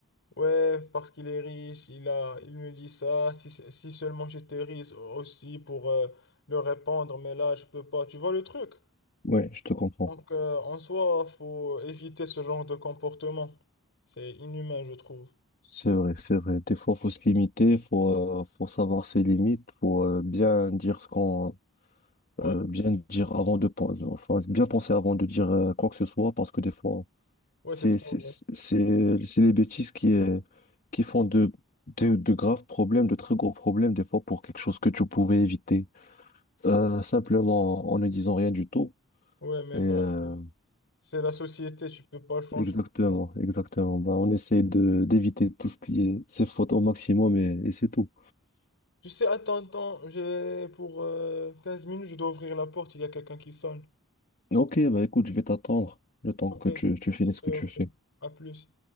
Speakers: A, on the left; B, on the left.
A: Ouais, parce qu'il est riche, il a, il me dit ça. Si, si seulement j'étais riche aussi pour euh, le répandre, mais là, je peux pas. Tu vois le truc?
B: ouais, je te comprends.
A: Donc, euh, en soi, faut éviter ce genre de comportement. C'est inhumain, je trouve.
B: C'est vrai, c'est vrai. Des fois, faut se limiter, faut, euh, faut savoir ses limites, faut euh, bien dire ce qu'on,
A: Ouais,
B: euh, bien dire avant de penser, enfin, bien penser avant de dire euh, quoi que ce soit parce que des fois,
A: ouais,
B: C'est
A: c'est trop
B: c'est-
A: vrai.
B: c'est- c'est les bêtises qui, euh, qui font de, de, de graves problèmes, de très gros problèmes, des fois pour quelque chose que tu pouvais éviter, euh, simplement en ne disant rien du tout.
A: Ouais, mais
B: Et, euh,
A: bon, c'est c'est la société, tu peux pas changer.
B: exactement,
A: Bon.
B: exactement. Bah, on essaie de d'éviter tout ce qui est ces fautes au maximum et, et c'est tout.
A: Tu sais, attends, attends, j'ai pour euh, 15 minutes, je dois ouvrir la porte, il y a quelqu'un qui sonne.
B: Ok, bah écoute, je vais t'attendre le temps
A: Ok,
B: que tu, tu finisses
A: ok,
B: ce que
A: ok.
B: tu fais.
A: À plus.